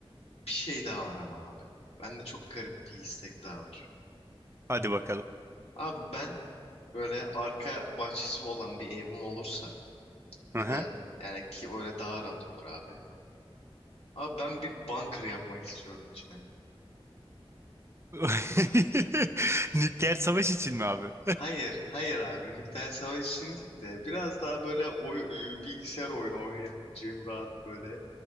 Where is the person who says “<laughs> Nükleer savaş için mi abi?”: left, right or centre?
Right